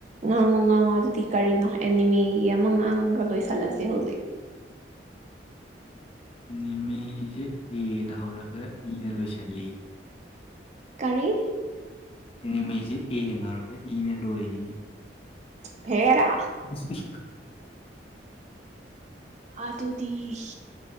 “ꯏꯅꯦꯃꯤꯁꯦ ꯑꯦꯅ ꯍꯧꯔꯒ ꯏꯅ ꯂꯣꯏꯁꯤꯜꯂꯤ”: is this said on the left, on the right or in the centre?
Left